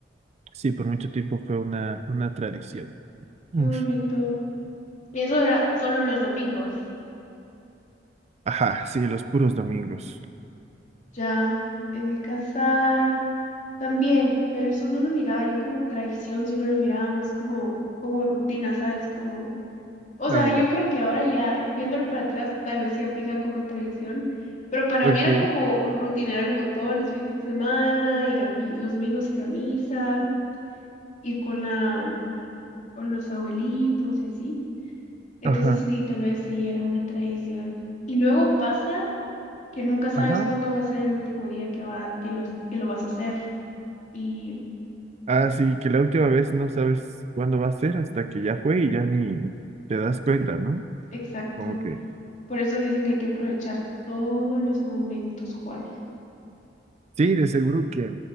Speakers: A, on the right (about 40°); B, on the left (about 45°).
A: Sí, por mucho tiempo fue una, una tradición. Ush.
B: Qué bonito. Y eso era solo los domingos.
A: Ajá, sí, los puros domingos.
B: Ya, en mi casa también, pero eso no lo miraba yo como tradición, sino lo miraba más como, como rutina, ¿sabes? Como, o sea,
A: Ah, ya.
B: yo creo que ahora ya, viéndolo para atrás, tal vez sí aplica como tradición, pero para
A: Ok.
B: mí era como rutina, era como todos los fines de semana, ir a mi, los domingos ir a misa, ir con la o los abuelitos y así. Entonces
A: Ajá,
B: sí, tal vez sí era una tradición. Y luego pasa que nunca sabes
A: ajá.
B: cuándo va a ser el último día que va, que lo, que lo vas a hacer. Y
A: Ah, sí, que la última vez no sabes cuándo va a ser hasta que ya fue y ya ni te das cuenta, ¿no?
B: exacto.
A: Como que...
B: Por eso dicen que hay que aprovechar todos los momentos, Juan.
A: Sí, de seguro que